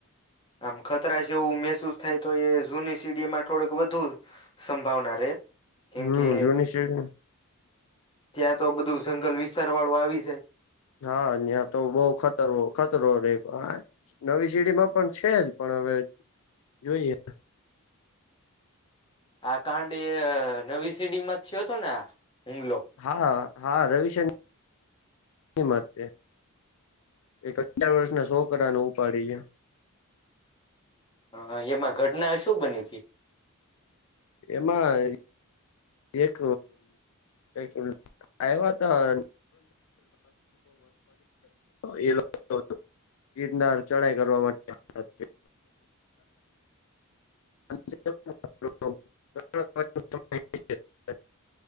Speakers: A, on the left (about 20°); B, on the left (about 70°).
A: આમ ખતરા જેવું મહેસૂસ થાય તો, એ જૂની સીડીમાં થોડુંક વધુ. સંભાવના રે. કેમ
B: હમ
A: કે,
B: જૂની શેરી
A: ત્યાં તો બધું ઝંગલ વિસ્તાર વાળું આવી જાય.
B: હા ન્યા તો બહુ ખતરો ખતરો રે હા. નવી સીડીમાં પણ છે જ, પણ હવે જોઈએ.
A: આ કાંડ એ નવી સીડીમાં જ થયો તો ને આ? હુમલો?
B: હા, હા. <inaudible> સીડી મા જ તે. એક અગીયાર વર્ષ ના સોકરા ને ઉપાડીને ગિયા.
A: હા, હા. એમાં ઘટના એ શું બની તી?
B: એમાં, એક <unintelligible> આયવા તા <inaudible> ગીરનાર ચઢાઈ કરવા <inaudible> <inaudible>